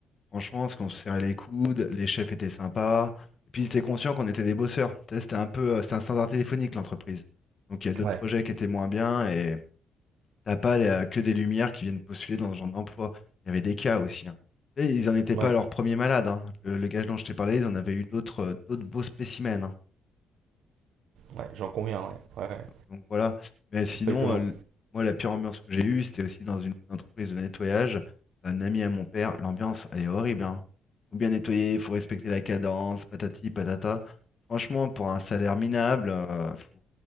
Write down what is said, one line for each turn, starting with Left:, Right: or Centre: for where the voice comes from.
Left: Franchement, parce qu'on se serrait les coudes, les chefs étaient sympas. Et puis, ils étaient conscients qu'on était des bosseurs. Tu sais, C'était un peu, euh, c'était un standard téléphonique, l'entreprise. Donc, il y a d'autres
Right: Ouais,
Left: projets qui étaient moins bien. Et T'as pas euh, que des lumières qui viennent postuler dans ce genre d'emploi. Il y avait des cas aussi. hein. Et ils n'en étaient
Right: ouais.
Left: pas à leur premier malade. hein. Le, le gage dont je t'ai parlé, ils en avaient eu d'autres euh, d'autres beaux spécimens. hein.
Right: Ouais, j'en conviens, ouais. ouais. ouais.
Left: Donc voilà. Mais sinon,
Right: C'est pas étonnant.
Left: euh, l- moi, la pire ambiance que j'ai eue, c'était aussi dans une entreprise de nettoyage. Un ami à mon père, l'ambiance, elle est horrible. hein. Faut bien nettoyer, faut respecter la cadence, patati, patata. Franchement, pour un salaire minable, euh, faut-